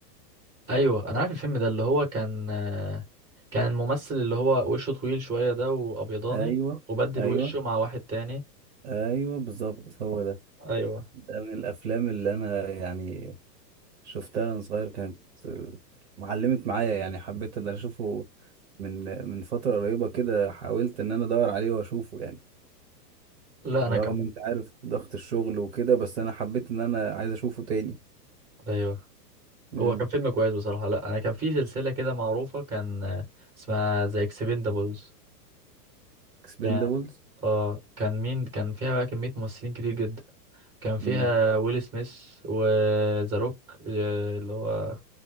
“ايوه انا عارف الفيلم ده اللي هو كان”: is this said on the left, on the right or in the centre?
Centre